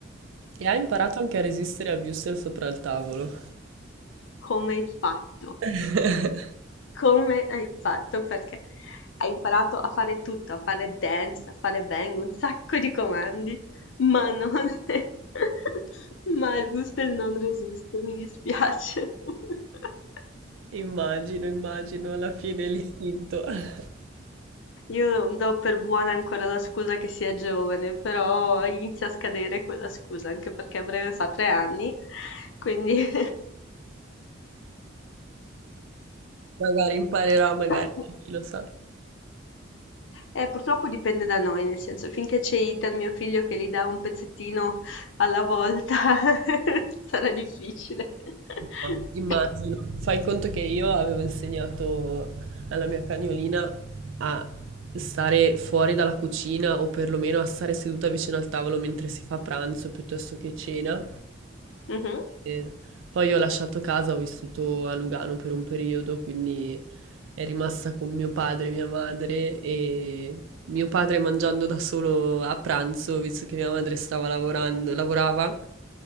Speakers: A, on the right (about 85°); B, on the left (about 70°).
A: E ha imparato anche a resistere al wurstel sopra il tavolo.
B: Come hai fatto?
A: <laughs>
B: Come hai fatto? Perché hai imparato a fare tutto, a fare dance, a fare bang, un sacco di comandi, ma non... <laughs> ma il whistle non resiste, mi dispiace. <laughs>
A: Immagino, immagino, alla fine l'istinto. <laughs>
B: Io do per buona ancora la scusa che sia giovane, però inizia a scadere quella scusa, anche perché a breve fa tre anni, quindi...
A: Magari imparerò, magari,
B: <laughs>
A: chi lo sa.
B: Eh, purtroppo dipende da noi, nel senso, finché c'è Ethan, mio figlio, che gli dà un pezzettino alla volta, <laughs> sarà difficile. <coughs> <laughs>
A: No, Immagino, fai conto che io avevo insegnato alla mia cagnolina a stare fuori dalla cucina o perlomeno a stare seduta vicino al tavolo mentre si fa pranzo piuttosto che cena.
B: Mhm.
A: E poi ho lasciato casa, ho vissuto a Lugano per un periodo, quindi è rimasta con mio padre e mia madre e mio padre mangiando da solo a pranzo, visto che mia madre stava lavorando, lavorava.